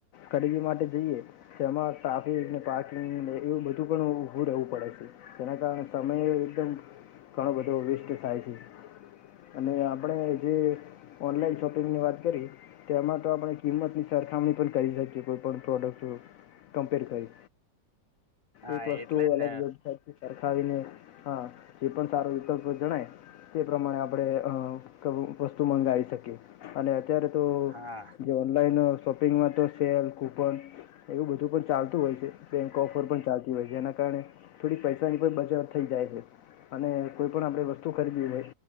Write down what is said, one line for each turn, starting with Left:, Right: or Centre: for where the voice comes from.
Left: ખરીદી માટે જઈએ જેમાં ટ્રાફિક ને પાર્કિંગ ને એવું બધું પણ ઉ ઊભું રહેવું પડે છે. જેના કારણે સમયે એકદમ ઘણો બધો વેસ્ટ થાય છે. અને આપણે જે ઓનલાઈન શોપિંગ ની વાત કરી. તેમાં તો આપણે કિંમતની સરખામણી પણ કરી શકીએ કોઈ પણ પ્રોડક્ટ કમપેર કરી
Right: હા
Left: એક વસ્તુ
Right: એટલે જ
Left: અલગ
Right: ને
Left: જગ <inaudible> સરખાવીને હા એ પણ સારો વિકલ્પ જણાય. તે પ્રમાણે આપણે અ વસ્તુ મંગાવી શકીએ, અને અત્યારે. તો
Right: હા
Left: જે ઓનલાઈન શોપિંગમાં તો સેલ કૂપન એવું બધું પણ ચાલતું હોય છે, બેંક ઓફર પણ ચાલતી હોય છે જેના કારણે થોડીક પૈસાની પણ બજાર થઈ જાય છે. અને કોઈ પણ આપણે વસ્તુ ખરીદીએ હોય